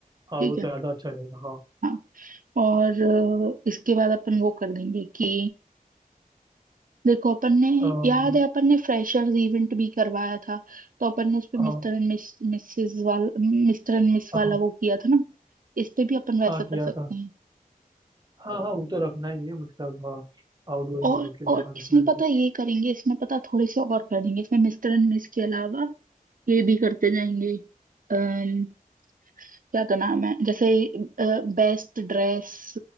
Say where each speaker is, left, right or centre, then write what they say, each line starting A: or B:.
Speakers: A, on the right; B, on the right.
A: हाँ
B: ठीक
A: वो तो
B: है
A: ज़्यादा अच्छा रहेगा हाँ
B: हाँ और अ, इसके बाद अपन वो कर देंगे कि देखो अपन ने
A: अम,
B: याद है अपन ने फ्रेशर्स इवेंट भी करवाया था तो अपन ने उस पे
A: हाँ
B: मिस्टर एंड मिस मिसेस वाला मिस्टर एंड मिस
A: हाँ
B: वाला
A: हाँ
B: वो किया था ना इस पे भी अपन वैसा
A: हाँ,
B: कर
A: किया
B: सकते
A: था
B: हैं
A: हाँ हाँ वो तो रखना ही है मतलब हाँ आउटगोइंग
B: और
A: के लिए
B: और
A: हाँ
B: इसमें
A: रखना ही
B: पता
A: है
B: है ये करेंगे इसमें पता है थोड़े से और करेंगे इसमें मिस्टर एंड मिस के अलावा ये भी करते जाएंगे अम्म क्या तो नाम है जैसे बेस्ट ड्रेस